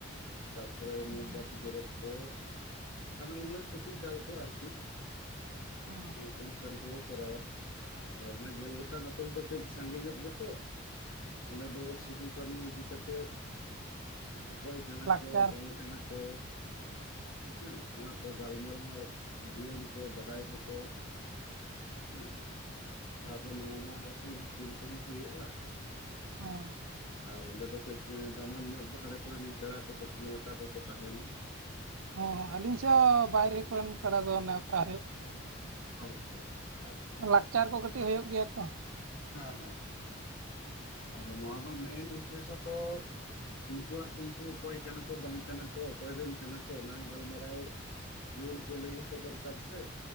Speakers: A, on the left; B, on the right.
A: ᱛᱟᱯᱚᱨᱮ
B: ᱦᱚᱸ
A: ᱢᱚᱢ ᱵᱟᱛᱤ ᱡᱮᱨᱮᱫ ᱠᱚ <unintelligible> ᱯᱷᱩᱞ ᱫᱷᱟᱣ ᱠᱚ ᱟᱨᱠᱤ <unintelligible>
B: ᱚ
A: ᱚᱱᱩᱥᱴᱷᱟᱱ ᱠᱚᱵᱚ ᱠᱚᱨᱟᱣᱟ ᱦᱟᱱᱮ ᱜᱮᱞ ᱜᱚᱴᱟᱝ ᱟᱹᱛᱩ ᱫᱚ ᱠᱟᱹᱡ ᱥᱟᱺᱜᱤᱧᱚᱜ ᱜᱮᱛᱚ ᱚᱸᱰᱮ ᱫᱚ ᱥᱤᱫᱩ ᱠᱟᱹᱱᱩ ᱤᱫᱤ ᱠᱟᱛᱮᱫᱼᱼ ᱚᱠᱚᱭ ᱠᱟᱱᱟ
B: ᱞᱟᱠᱪᱟᱨ
A: ᱠᱚ ᱵᱟᱝ ᱠᱟᱱᱟ ᱠᱚ ᱦᱮᱸ ᱚᱱᱟ ᱠᱚ ᱜᱟᱞᱢᱟᱨᱟᱣ ᱡᱩᱭᱟᱱ ᱠᱚ ᱵᱟᱰᱟᱭ ᱦᱚᱪᱚᱼᱼ ᱦᱮ ᱟᱫᱚ ᱱᱚᱣᱟ ᱢᱟ <unintelligible> ᱦᱩᱭᱩᱜᱼᱟ
B: ᱦᱚᱸ
A: ᱟᱨ ᱚᱸᱰᱮ ᱫᱚ ᱠᱟᱹᱡ ᱫᱟᱢᱟᱱ ᱧᱚᱜ ᱵᱟᱦᱨᱮ ᱠᱚᱨᱮᱱ ᱯᱮᱲᱟ ᱠᱚ ᱠᱟᱹᱡ ᱱᱮᱶᱛᱟ ᱠᱚᱠᱚ ᱛᱟᱦᱮᱱᱟ
B: ᱚᱼᱚ ᱟᱹᱞᱤᱧ ᱥᱟᱶ ᱵᱟᱭᱨᱮ ᱠᱚᱨᱮᱱ ᱯᱮᱲᱟ ᱫᱚ ᱱᱮᱣᱛᱟ ᱦᱩᱭᱩᱜ ᱜᱮᱭᱟ
A: ᱦᱳᱭ ᱦᱳᱭ ᱟᱪᱪᱷᱟᱼᱼ
B: ᱞᱟᱠᱪᱟᱨ ᱠᱚ ᱠᱟᱹᱴᱤᱡ ᱦᱩᱭᱩᱜ ᱜᱮᱭᱟ ᱛᱚ
A: ᱦᱮᱸ ᱦᱮᱸ <unintelligible> ᱟᱫᱚ ᱱᱚᱣᱟ ᱫᱚ ᱢᱮᱱ ᱩᱫᱽᱫᱮᱥᱥᱚ ᱛᱚᱼᱼ ᱩᱱᱠᱩᱣᱟᱜ ᱩᱱᱠᱩ ᱚᱠᱚᱭ ᱠᱟᱱᱟ ᱠᱚ ᱵᱟᱝ ᱠᱟᱱᱟ ᱠᱚ ᱚᱠᱚᱭ ᱨᱮᱱ ᱠᱟᱱᱟ ᱠᱚ ᱚᱱᱟ ᱜᱟᱞᱢᱟᱨᱟᱣ ᱡᱩᱭᱟᱱ ᱠᱚ ᱞᱟᱹᱭ ᱦᱚᱴᱚ ᱫᱚᱨᱠᱟᱨ ᱥᱮᱼᱼ